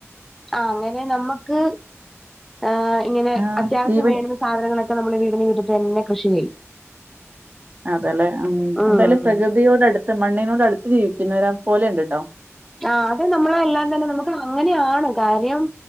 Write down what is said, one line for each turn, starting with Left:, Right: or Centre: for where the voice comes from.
Centre: ആഹ് അങ്ങനെ നമ്മക്ക് ആ ഇങ്ങനെ
Right: ആ
Centre: അത്യാവശ്യം
Right: ഈവൻ
Centre: വേണ സാധനങ്ങളൊക്കെ നമ്മള് വീടിന് മുറ്റത്ത് തന്നെ കൃഷി ചെയ്യും
Right: അതയല്ലേ ഉം
Centre: ഉം
Right: എന്തായാലും പ്രകൃതിയോട് അടുത്ത് മണ്ണിനോട് അടുത്ത് ജീവിക്കുന്നവരെ പോലെയുണ്ട് കേട്ടോ
Centre: ആഹ് അത് നമ്മള് എല്ലാം തന്നെ നമുക്ക് അങ്ങനെയാണ് കാര്യം